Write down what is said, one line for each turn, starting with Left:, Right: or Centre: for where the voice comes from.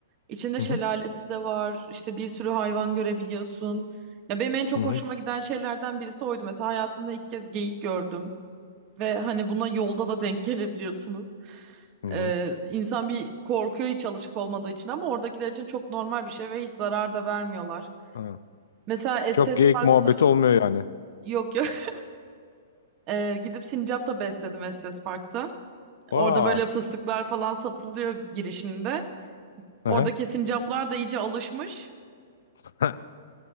Right: İçinde
Left: Hı
Right: şelalesi
Left: hı.
Right: de var. İşte bir sürü hayvan görebiliyorsun. Ya benim en çok
Left: Hı hı.
Right: hoşuma giden şeylerden birisi oydu. Mesela hayatımda ilk kez geyik gördüm. Ve hani buna yolda da denk gelebiliyorsunuz.
Left: Hı hı.
Right: Ee, insan bir korkuyor hiç alışık olmadığı için ama oradakiler için çok normal bir şey ve hiç zarar da vermiyorlar.
Left: Hı.
Right: Mesela Estes
Left: Çok geyik
Right: Park'ta
Left: muhabbeti olmuyor yani.
Right: yok yok. <laughs> Ee, gidip sincap da besledim Estes Park'ta.
Left: Vaa.
Right: Orada böyle fıstıklar falan satılıyor girişinde.
Left: Hı
Right: Oradaki
Left: hı.
Right: sincaplar da iyice alışmış.
Left: <laughs>